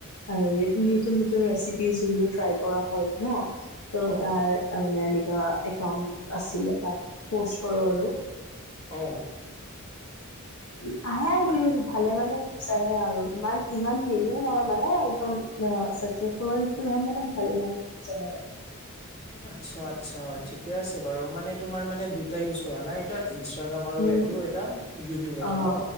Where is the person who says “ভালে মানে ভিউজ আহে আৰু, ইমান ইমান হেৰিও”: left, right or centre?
Left